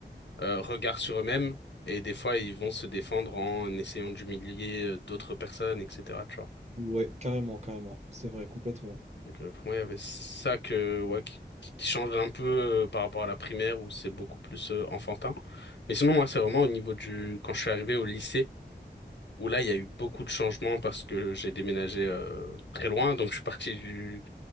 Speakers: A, on the left; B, on the right.
A: euh, regard sur eux-mêmes et des fois, ils vont se défendre en essayant d'humilier euh, d'autres personnes, etc.
B: Ouais, carrément, carrément. C'est vrai, complètement.
A: Donc euh, pour moi, il y avait ça que, ouais, qui, qui qui change un peu euh, par rapport à la primaire où c'est beaucoup plus euh, enfantin. Mais sinon, moi, c'est vraiment au niveau du... Quand je suis arrivé au lycée, où là, il y a eu beaucoup de changements parce que j'ai déménagé euh, très loin. Donc, je suis parti du,